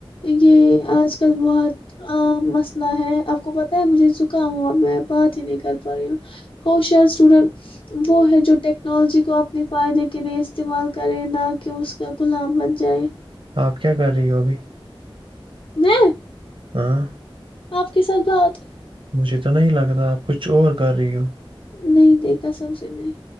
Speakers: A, on the left; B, on the right.
A: یہ آج کل بہت عام مسئلہ ہے آپ کو پت ہے مجھے زکام ہوا میں بات ہی نہیں کر پا رہی ہوں ہو شر اسٹوڈنٹ وہ ہے جو ٹیکنالوجی کو اپنے فائدے کے لیے استعمال کرے نہ کہ اس کا غلام بن جائے
B: آپ کیا کر رہی ہو ابھی
A: نہ
B: ہاں
A: آپ کے ساتھ بات
B: مجھے تو نہیں لگ رہا آپ کچھ اور کر رہی ہو
A: نہیں دیکھا سب سے نہیں